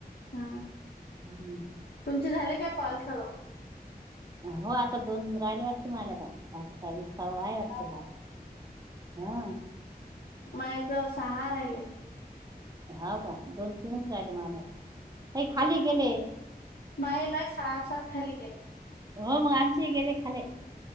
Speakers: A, on the left (about 80°); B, on the right (about 25°).
A: हा.
B: हम्म <inaudible> <unintelligible>
A: तुमचे झाले काय कॉल सर्व?
B: हो आता दोन राहिले वाटते मला तर अठ्ठावीस काय आहे वाटते
A: हाव काय.
B: हा. हा.
A: माय तर सहा राहिले.
B: हाव का दोन-तीनच
A: हो
B: राहिले मला काही खाली गेले.
A: मायलाय सहा सात खाली दिले.
B: हो मग आमचे गेले खाले.